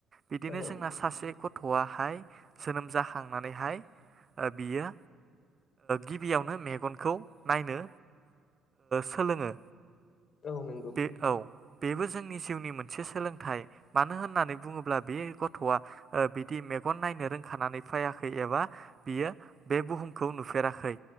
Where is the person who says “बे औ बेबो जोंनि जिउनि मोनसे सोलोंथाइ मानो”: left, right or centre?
Right